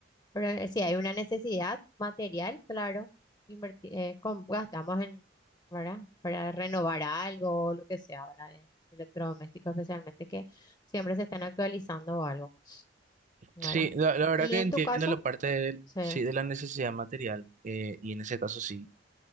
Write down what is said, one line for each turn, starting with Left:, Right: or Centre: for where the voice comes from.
Left: Pero si hay una necesidad material, claro, inverti- eh, com- gastamos en, ¿verdad? Para renovar algo o lo que sea ahora de electrodomésticos, especialmente que siempre se están actualizando o algo, ¿verdad?
Right: Sí, la, la verdad
Left: Y
Right: que
Left: en
Right: entiendo
Left: tu caso,
Right: la parte de,
Left: sí,
Right: sí, de la necesidad material, eh, y en ese caso sí,